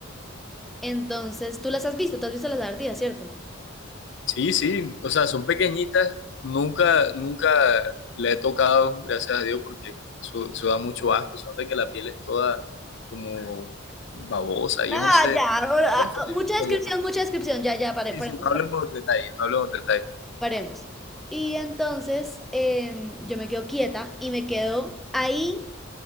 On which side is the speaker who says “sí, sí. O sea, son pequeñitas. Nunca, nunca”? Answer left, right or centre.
Left